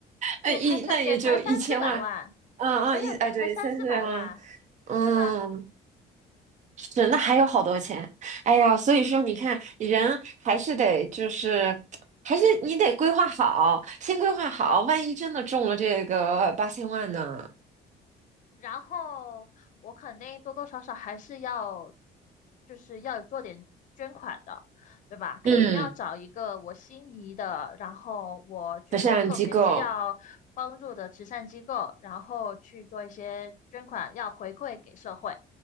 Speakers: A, on the right; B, on the left.
A: 那一那也就一千万，
B: 也才三也才三四百万，
A: 嗯嗯一啊对，
B: 没有也才三四百万，
A: 三四百万啊，嗯，
B: 对吧？
A: 是，那还有好多钱。哎呀，所以说你看，人还是得就是，还是你得规划好，先规划好，万一真的中了这个八千万呢？
B: 然后我肯定多多少少还是要，就是要做点捐款的，对吧？
A: 嗯，
B: 肯定要找一个我心仪的，然后我觉得特别需要帮助的慈善机构，
A: 慈善机构，
B: 然后去做一些捐款，要回馈给社会。